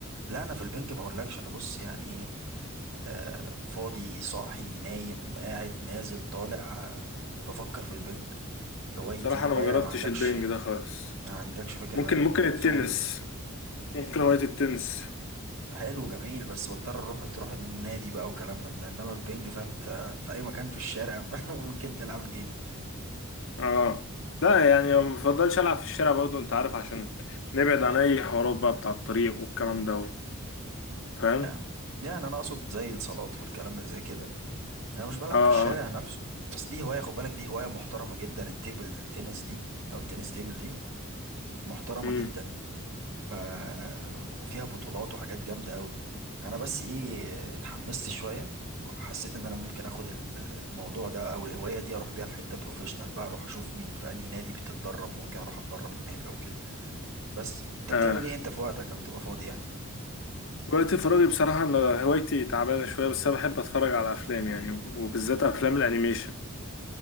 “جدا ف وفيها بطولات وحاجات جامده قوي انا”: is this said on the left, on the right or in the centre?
Right